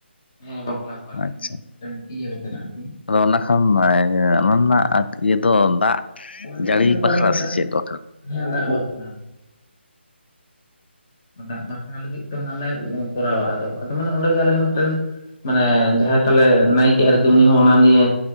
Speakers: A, on the left; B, on the left.
A: ᱦᱮᱸ ᱵᱟᱯᱞᱟ ᱠᱚ ᱟᱨᱠᱤ
B: ᱟᱪᱪᱷᱟ
A: ᱱᱤᱭᱟᱹ ᱫᱚ ᱢᱤᱫᱴᱮᱱ ᱤᱭᱟᱹ ᱜᱮᱛ ᱟᱨᱠᱤ
B: ᱟᱫᱚ ᱚᱱᱟ ᱠᱷᱟᱱ ᱚᱱᱟ ᱨᱮᱱᱟᱜ ᱤᱭᱟᱹ ᱫᱚ ᱫᱟᱜ <inaudible>
A: ᱚᱱᱟ ᱨᱮᱱᱟᱜ
B: ᱡᱟᱲᱤ
A: ᱤᱭᱟᱹ
B: ᱵᱟᱠᱷᱨᱟ
A: ᱫᱚ ᱢᱟᱱᱮ ᱫᱟᱜ
B: ᱥᱮᱪᱮᱫ ᱫᱚ
A: ᱦᱮᱸ <inaudible> ᱫᱟᱜ ᱵᱟᱠᱷᱨᱟ ᱞᱟᱹᱜᱤᱫ ᱛᱮ ᱚᱱᱟᱞᱮ ᱠᱚᱨᱟᱣᱟ ᱟᱫᱚ ᱟᱫᱚ ᱢᱟᱱᱮ ᱚᱸᱰᱮ ᱜᱮ ᱟᱞᱮ ᱦᱚᱸ ᱢᱤᱫ ᱢᱟᱱᱮ ᱡᱟᱦᱟᱸᱭ ᱛᱟᱦᱟᱞᱮ ᱱᱟᱭᱠᱮ ᱟᱨᱠᱤ ᱩᱱᱤ ᱦᱚᱸ ᱚᱱᱟ ᱱᱤᱭᱮ